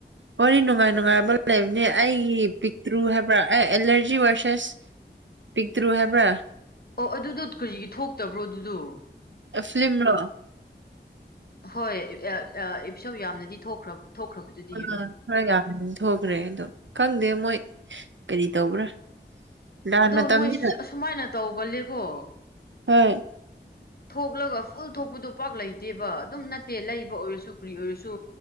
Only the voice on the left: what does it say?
ꯎꯝ ꯑꯣ ꯑꯗꯨꯗꯨ ꯀꯔꯤꯒꯤ ꯊꯣꯛꯇꯕ꯭ꯔꯣ ꯑꯗꯨꯗꯨ
ꯍꯣꯏ <unintelligible> ꯑꯦꯄꯤꯁꯣꯠ ꯌꯥꯝꯅꯗꯤ ꯊꯣꯛꯈ꯭ꯔ ꯊꯣꯛꯈ꯭ꯔꯕꯗꯨꯠ
ꯑꯗꯣ
ꯃꯣꯏ ꯑꯁꯨꯃꯥꯏꯅ ꯇꯧꯒꯜꯂꯦꯀꯣ
ꯊꯣꯛꯂꯒ ꯐꯨꯜ ꯊꯣꯛꯄꯗꯣ ꯄꯥꯛ ꯂꯩꯇꯦꯕ ꯑꯗꯨꯝ ꯅꯠꯇꯦ ꯂꯩꯕ ꯑꯣꯏꯔꯁꯨ ꯀꯔꯤ ꯑꯣꯏꯔꯁꯨ